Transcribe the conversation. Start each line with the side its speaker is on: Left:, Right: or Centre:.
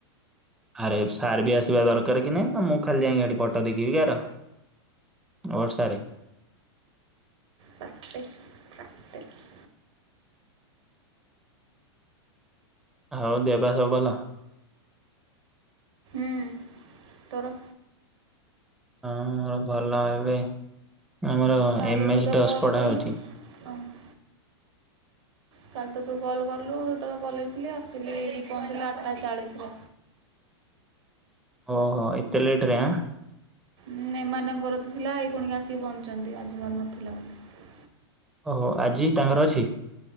Centre: ଆରେ ସାର୍ ବି ଆସିବା ଦରକାର କି ନାଇଁ ନା ମୁଁ ଖାଲି ଯାଇକି ଏଠି ଫଟୋ ଦେଖିବି କାର ବର୍ଷାରେ
Right: ପ୍ରାକ୍ଟିସ ପ୍ରାକ୍ଟିସ।
Centre: ଆଉ ଦେହ ବା ସବୁ ଭଲ?
Right: ହୁଁ ତୋର?
Centre: ହଁ ମୋର ଭଲ ଏବେ ଆମର
Right: କାଲି
Centre: ଏମ
Right: ତୁ
Centre: ଏସ୍
Right: ତ
Centre: ଦଶ୍
Right: କଲ୍
Centre: ପଢା
Right: କଲୁ।
Centre: ହଉଛି। <inaudible>
Right: କାଲି ତ ତୁ କଲ କଲୁ ହେତବେଳେ କଲେଜ ଥିଲି ଆସିଲି ଏଠି ପହଞ୍ଚିଲି ଆଠଟା ଚାଳିଶ ରେ।
Centre: <inaudible> ଓହୋ ଏତେ ଲେଟ ରେ ଆଁ?
Right: ହଁ ଏମାନଙ୍କର ତ ଥିଲା ଏଇ ଖୁନି ଆସିକି ପହଞ୍ଚିଛନ୍ତି ଆଜି ମୋର ନଥିଲା ବୋଲି।
Centre: ଓହୋ ଆଜି ତାଙ୍କର ଅଛି?